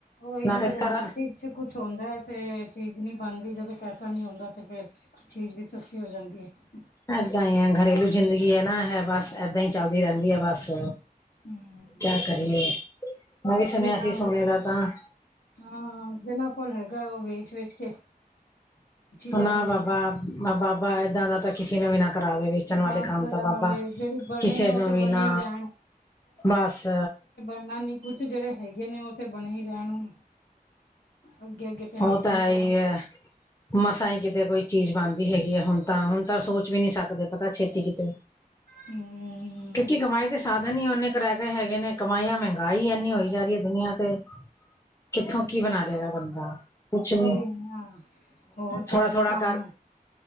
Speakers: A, on the left (about 75°); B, on the left (about 20°).
A: ਉਹੀ
B: ਨਾਲੇ
A: ਨਾ ਜਦੋਂ
B: ਘਰ
A: ਹੱਥ ਚ ਕੁਛ ਹੁੰਦਾ ਹੈ ਤੇ ਚੀਜ਼ ਨਹੀਂ ਬਣਦੀ ਜਦੋਂ ਪੈਸਾ ਨੀ ਆਉਂਦਾ ਤੇ ਫੇਰ ਚੀਜ਼ ਵੀ ਸਸਤੀ ਹੋ ਜਾਂਦੀ ਹੈ
B: ਏਦਾਂ ਹੀ ਆ ਘਰੇਲੂ ਜ਼ਿੰਦਗੀ ਹੈ ਨਾ ਹੈ ਬੱਸ ਏਦਾਂ ਹੀ ਚੱਲਦੀ ਰਹਿੰਦੀ ਹੈ ਬਸ
A: ਹਮ
B: ਕਿਆ ਕਰੀਏ ਮੈਂ ਵੀ ਸੁਣਿਆ
A: ਜਿਨਾ
B: ਸੀ ਸੋਨੇ ਦਾ ਤਾਂ
A: ਹਾਂ ਜਿਹਨਾਂ ਕੋਲ ਹੈਗਾ ਉਹ ਵੇਚ ਵੇਚ ਕੇ ਜਾ
B: ਨਾ
A: ਰਹੇ
B: ਬਾਬਾ
A: ਹੈ
B: ਬਾਬਾ ਏਦਾਂ ਦਾ ਕਿਸੀੇ ਨੂੰ ਵੀ ਨਾ ਕਰਾਵੇ ਵੇਚਣ
A: ਨਾ
B: ਵਾਲੇ ਕੰਮ
A: ਖਰਾਵੇ
B: ਤਾਂ ਬਾਬਾ
A: ਜਿਹੜੇ ਬਣੇ
B: ਕਿਸੇ
A: ਨੇ ਉਹ
B: ਨੂੰ
A: ਤੇ
B: ਵੀ
A: ਬਣੇ
B: ਨਾ
A: ਹੀ ਰਹਿਣ
B: ਬਸ।
A: ਇਨਾ ਨੀ ਕੁੱਛ ਜਿਹੜੇ ਹੈਗੇ ਨੇ ਉਹ ਤੇ ਬਣੇ ਹੀ ਰਹਿਣ ਹੁਣ ਅੱਗੇ ਅੱਗੇ। ਤੇ ਹੱਥ
B: ਉਹ ਤਾਂ
A: ਨੀ
B: ਹੈ
A: ਪੈਣਾ
B: ਹੀ ਹੈ ਮਸਾ ਈ ਕਿਤੇ ਕੋਈ ਚੀਜ਼ ਬਣਦੀ ਹੈਗੀ ਹੈ ਹੁਣ ਤਾਂ ਹੁਣ ਤਾਂ ਸੋਚ ਵੀ ਨਹੀਂ ਸਕਦੇ ਪਤਾ ਛੇਤੀ ਕਿਤੇ
A: ਹੂੰ
B: ਕਿਉਂਕਿ ਕਮਾਈ ਦੇ ਸਾਧਨ ਹੀ ਓਨੇ ਕਰ ਰਹਿ ਗਏ ਹੈਗੇ ਨੇ ਕਮਾਈ ਆ ਮਹਿੰਗਾਈ ਇੰਨੀ ਹੋਈ ਜਾ ਰਹੀ ਹੈ ਦੁਨੀਆਂ ਤੇ। ਕਿੱਥੋਂ ਕੀ ਬਣਾ ਲੈਗਾ ਬੰਦਾ। ਕੁਛ ਵੀ
A: ਉਹੀ ਨਾ, ਹੋਰ ਦੱਸ
B: ਥੋੜਾ ਥੋੜਾ
A: ਕੰਮ?
B: ਕਰ